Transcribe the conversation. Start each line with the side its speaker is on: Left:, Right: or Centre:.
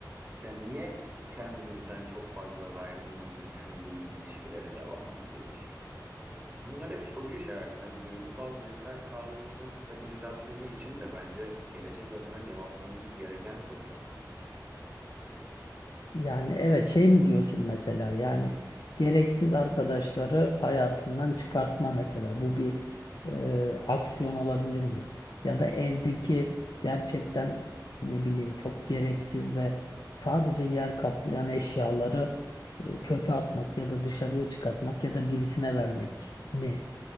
Right: Yani niye kendimizden çok fazla verdiğimizi düşündüğümüz ilişkilere devam ediyoruz? Bunlar hep soru işareti. Yani duygusal mental sağlığımızın stabilizasyonu için de bence gelecek adına cevaplamamız gereken sorular bunlar.
Left: Yani evet şey mi diyorsun mesela yani gereksiz arkadaşları hayatından çıkartma mesela. Bu bir e, aksiyon olabilir mi? Ya da evdeki gerçekten ne bileyim çok gereksiz ve sadece yer kaplayan eşyaları e, çöpe atmak ya da dışarıya çıkartmak ya da birisine vermek mi?